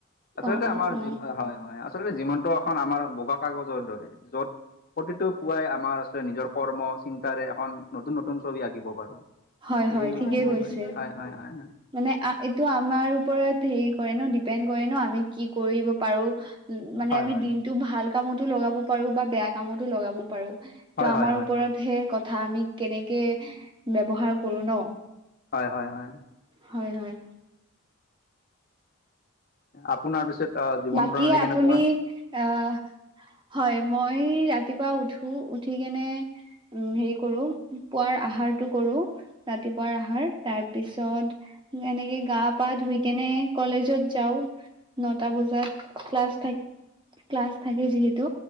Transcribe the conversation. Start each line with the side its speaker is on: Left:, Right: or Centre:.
Left: আচলতে
Right: অ অ
Left: আমাৰ
Right: অ
Left: হয়, হয়। আচলতে জীৱনটো এখন আমাৰ বগা কাগজৰ দৰে য'ত প্ৰতিটো পুৱাই আমাৰ আচ নিজৰ কৰ্ম চিন্তাৰে এখন নতুন নতুন ছবি আঁকিব পাৰো।
Right: হয়
Left: এই
Right: ঠিকেই
Left: হয়, হয়,
Right: কৈছে
Left: হয়, হয়।
Right: মানে এইটো আমাৰ ওপৰত হেৰি কৰে ন' দিপেন্দ কৰে ন' আমি কি কৰি‌ব পাৰো। মানে‌ আমি‌
Left: হয় হয় হয়।
Right: দিনটো ভাল কামত টো লগাব পাৰো বা বেয়া কামতো লগাব পাৰো। ত'
Left: হয়
Right: আমাৰ
Left: হয় হয়।
Right: ওপৰত হে কথা আমি কেনেকে ব্যৱহাৰ কৰো ন'?
Left: হয়, হয়, হয়।
Right: হয়, হয়।
Left: আপোনাৰ পিছত আহ জীৱন
Right: বাকী
Left: প্ৰণালী কেনেকুৱা
Right: আপুনি আহ হয়, মই ৰাতিপুৱা উঠো উঠি কেনে উম, হেৰি কৰো পোৱাৰ আহাৰটো কৰো। ৰাতিপুৱাৰ আহাৰ তাৰপিছত এনেকে গা পা ধুই কেনে কলেজত যাওঁ। নটা বজাত ক্লাছ থাকে। ক্লাছ থাকে যিহেতু